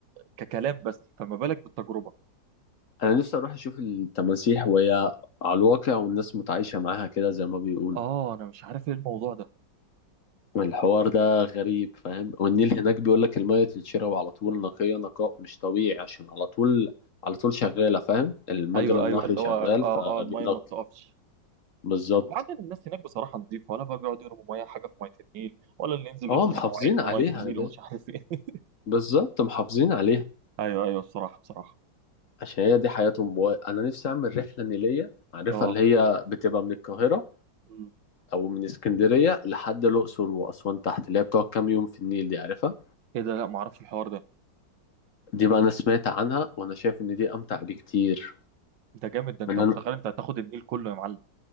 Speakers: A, on the right; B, on the left.
A: ككلام بس فما بالك بالتجربه
B: انا نفسي اروح اشوف التماسيح وهي على الواقع والناس متعايشه معاها كده زي ما بيقولوا
A: اه انا مش عارف ايه الموضوع ده
B: الحوار ده غريب فاهم والنيل هناك بيقول لك الميه تتشرب على طول نقيه نقاء مش طبيعي عشان على طول على طول شغاله فاهم المجرى
A: ايوه
B: النهري
A: ايوه اللي
B: شغال
A: هو اه
B: فبينقي
A: اه الميه ما بتقفش
B: بالظبط
A: وبعدين الناس هناك بصراحة نظيفة ولا بقى بيقعدوا يرموا مياه حاجة في مية النيل ولا اللي ينزل
B: اه
A: يغسل
B: محافظين
A: مواعين
B: عليها
A: في مية النيل
B: ده
A: ومش عارف ايه
B: بالظبط محافظين عليها
A: <laughs> ايوه ايوه بصراحة بصراحة
B: عشان هي دي حياتهم و- انا نفسي اعمل رحله نيليه عارفها
A: اه
B: اللي هي بتبقى من القاهره
A: أمم.
B: او من اسكندريه لحد الاقصر واسوان تحت اللي هي بتقعد كام يوم في النيل دي عارفها
A: ايه ده لا ما اعرفش الحوار ده
B: دي بقى انا سمعت عنها وانا شايف ان دي امتع بكتير
A: ده جامد ده انت
B: من
A: متخيل
B: أنا...
A: انت هتاخد النيل كله يا معلم